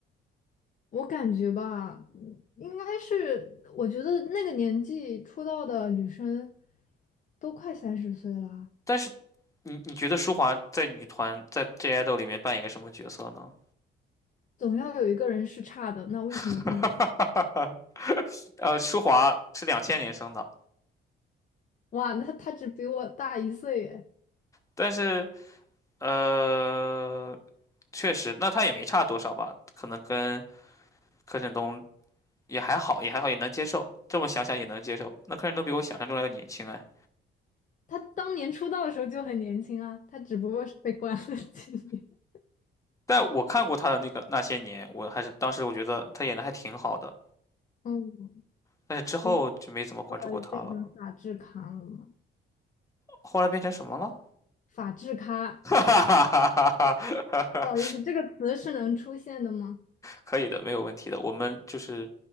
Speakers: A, on the left; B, on the left.
A: 我感觉吧，嗯应该是，我觉得那个年纪出道的女生都快三十岁了啊，
B: 但是你你觉得舒华在女团在 J IDOL 里面扮演一个什么角色呢？
A: 总要有一个人是差的。那为什么不能？
B: <laughs> 呃，舒华是两千年生的，
A: 哇，那她只比我大一岁耶！
B: 但是呃，确实，那他也没差多少吧？可能跟柯震东也还好，也还好，也能接受。这么想想也能接受。那柯震东比我想象中要年轻哎。
A: 她当年出道的时候就很年轻啊，她只不过是被关了几年。<laughs>
B: 但我看过他的那个那些年，我还是当时我觉得他演的还挺好的，
A: 嗯，
B: 但是之后就没怎么关注过他了。
A: 就后来变成法制咖了嘛？
B: 后来变成什么了？
A: 法制咖，
B: <laughs> 哈哈哈哈哈哈！
A: 不好意思，这个词是能出现的吗？
B: 可以的，没有问题的。我们就是